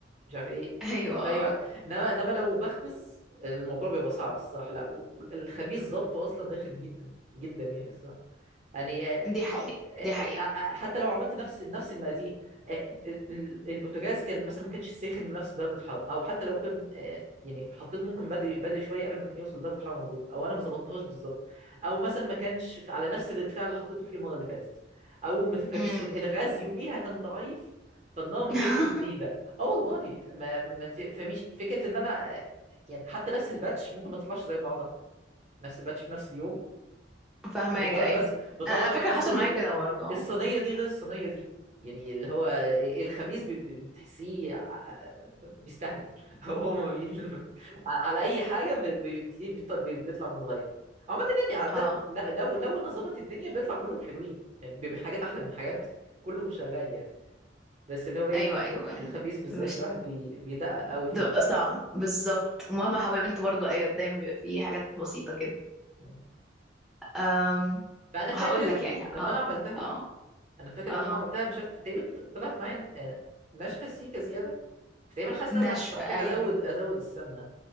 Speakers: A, on the right; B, in the centre.
A: مش عارف ايه
B: ايوه اه
A: في اي وقت انما انما لو بخبز الموضوع بيبقى صعب الصراحه لا والخبيز ظبطه اصلا رخم جدا جدا يعني الصراحه يعني آه،
B: دي حقيقه
A: آه،
B: دي حقيقه
A: آه، حتى لو عملت نفس نفس المقادير آه، ال- البوتاجاز كان مثلا ما كانش ساخن بنفس درجه حراره او حتى لو كان آه، يعني حطيت ممكن بدري بدري شويه قبل ما كان يوصل لدرجه حراره مظبوطه او انا ما ظبطتهاش بالظبط او مثلا ما كانش في- على نفس الارتفاع اللي حطيته فيه المره اللي فاتت او ما تفهميش
B: امم
A: ال- الغاز يوميها كان ضعيف فالنار ما
B: <laughs>
A: كانتش شديده اه والله ما ما تفهميش فكره ان انا آه، يعني حتى نفس الباتش ممكن ما تطلعش زي بعضها نفس الباتش في نفس اليوم
B: فاهماك
A: مكرونات
B: ايوه
A: بس بطلع
B: انا على
A: آه،
B: فكره
A: آه، الصينيه
B: حصل معايا كده برضه آه.
A: الصينيه دي غير الصينيه دي يعني اللي هو إيه، إيه، الخبيث بي- بي- بتحسيه ع- بيستهبل <laughs> هو ما بي... <laughs> على اي حاجه بي- بي- بتلاقيه بيط- بي- بيطلع متغير عامة يعني عادة
B: اه
A: لا- لو لو انا ظبط الدنيا بيطلع كلهم حلوين يعني بيبقى حاجات احلى من حاجات بس كله شغال يعني بس اللي هو ايه
B: ايوه ايوه يعني
A: في الخبيث بالذات
B: مش
A: الواحد بي... بيدقق قوي
B: بتبقى
A: في ال...
B: صعب بالظبط مهما حاولت برضه ايوه دايما بيبقى فيه حاجات بسيطة كده
A: يعني.
B: أم...
A: فانا فاكر
B: هقول لك يعني
A: لما
B: هقول
A: انا عملتها
B: اه
A: انا فاكر
B: اه
A: لما انا عملتها مش عارف تقريبا طلعت معايا آه، ناشفه سيكه زياده فتقريبا حاسس
B: ناشفة
A: ان انا كنت محتاج
B: ايوه
A: ازود ازود السمنه